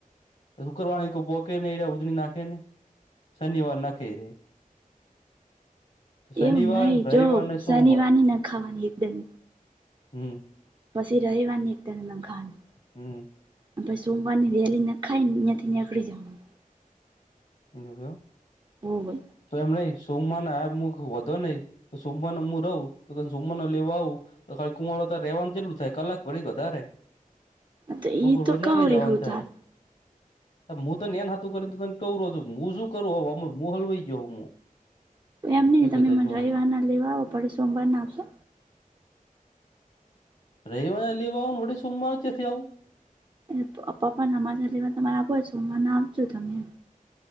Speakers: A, on the left (about 50°); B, on the right (about 30°).
A: શુક્રવારની કોઈ પોકે નહી ઉજળ નાખે ને શનિવાર નાખે ર શનિવાર
B: એવું નઈ
A: રવિવાર
B: જો
A: ને
B: શનિવારનીની
A: સોમવાર
B: નખાવાની એકદમ
A: હમ્મ.
B: પછી રવિવારની એક તર નખાવાની
A: હમ્મ.
B: પછી સોમવારની વેલી નખાઈ યાંથી નીકડી જવાનું
A: જો કયો,
B: હોવે
A: તો એમ નહી સોમવારના આમુક વધો નહી સમમાનો હું રહું તો તને સમવારનો લેવા આવું તો ખાલી કુંવારો ત્યાં રહેવાનું કેટલું થાય કલાક ભરી વધારે
B: તો ઈ
A: બપોર
B: તો
A: પછી નીકળી
B: કહું
A: જવાનું
B: રહ્યું
A: થાય.
B: તાર
A: હું તો ન હતું કરીને મોઝું, હું શું કરું હવે એમાં, હું હલવાઈ ગયો હું
B: એમ નઈ,
A: એ
B: તમે
A: કતા
B: મને
A: ચોણો
B: રવિવાર ના લેવા આવો પડે સોમવાર ના આવશો?
A: રવિવારે લેવા આવાનું, વળી સોમવારે કેમ આવું?
B: એ પપ્પા ને મને તમે આવજો, સોમવારના આવજો તમે